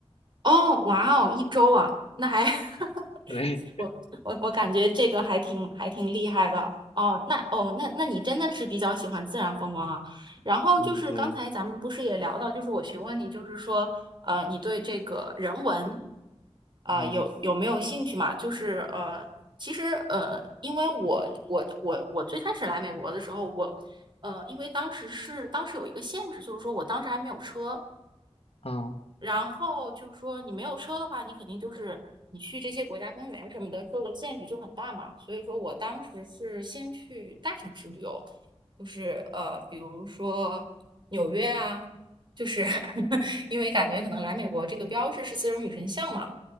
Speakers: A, on the right (about 45°); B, on the left (about 65°).
A: 哦，哇哦，一周啊，那还 <laughs>
B: 对，
A: 我我我感觉这个还挺还挺厉害的哦。那哦，那那你真的是比较喜欢自然风光啊。然后就是刚才咱们不是也聊到，
B: <laughs> 嗯，对，
A: 就是我询问你，就是说呃，你对这个人文啊、
B: 嗯，
A: 有有没有兴趣嘛？就是呃，其实呃，因为我我我我最开始来美国的时候，我呃，因为当时是当时有一个限制，就是说我当时还没有车，
B: 哦，
A: 然后就是说，你没有车的话，你肯定就是你去这些国家公园什么的，受的限制就很大嘛。所以说我当时是先去大城市旅游，就是呃，比如说纽约啊，就是 <laughs> 因为感觉可能来美国这个标志是丝绒女神像嘛，